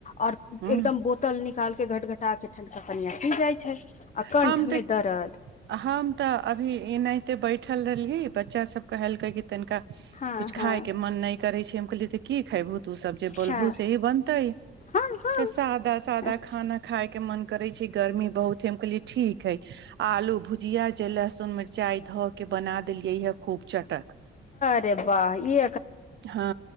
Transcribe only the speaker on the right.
हँ
हम तऽ
हम तऽ अभी एनाहिते बैठल रहलियै बच्चा सब कहेलकै की तनिका
कुछ
खाय के मन नहि करे छ हम कहलिय तऽ की खेबहु तू सब जे बोलबूहुँ
से ही बनते
त सादा सादा
खाना खाय के मन करे छै गर्मी बहुत है हम कहलियै ठीक है आलू भुजिया जे लहस्सुन मिर्चा ध के बना देलियै है खूब चटक
हँ